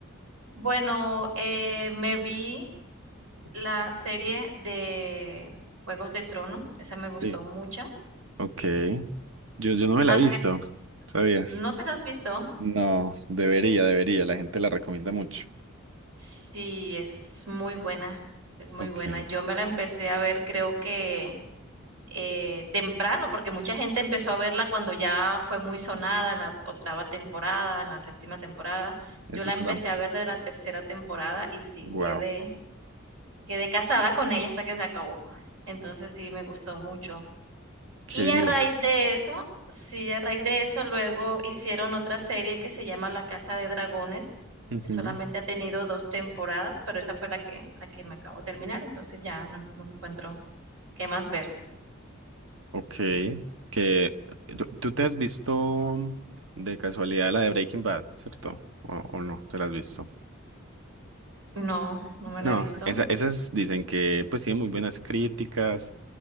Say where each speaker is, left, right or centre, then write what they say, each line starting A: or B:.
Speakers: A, on the right; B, on the right.
A: Bueno, eh, me vi la serie de Juegos de Trono, esa me gustó
B: Sí.
A: mucho.
B: Ok. Yo, yo no me
A: Hace,
B: la he visto, ¿sabías?
A: ¿no te la has visto?
B: No, debería, debería. La gente la recomienda mucho.
A: Sí, es muy buena, es muy
B: Ok,
A: buena. Yo me la empecé a ver, creo que eh, temprano, porque mucha gente empezó a verla cuando ya fue muy sonada en la octava temporada, en la séptima temporada.
B: es
A: Yo la
B: verdad.
A: empecé a ver de la tercera temporada y sí,
B: Wow.
A: quedé, quedé casada con ella hasta que se acabó. Entonces sí, me gustó mucho.
B: Qué
A: Y a
B: bien.
A: raíz de eso sí, a raíz de eso luego hicieron otra serie que se llama La Casa de Dragones,
B: Ujú,
A: que solamente ha tenido 2 temporadas, pero esa fue la que la que me acabo de terminar, entonces ya no no encuentro qué más ver.
B: Ok, que tú, tú te has visto de casualidad la de Breaking Bad, ¿cierto? O, o no, te la has visto.
A: No, no me
B: No,
A: la he visto.
B: esa- esas dicen que pues tienen muy buenas críticas,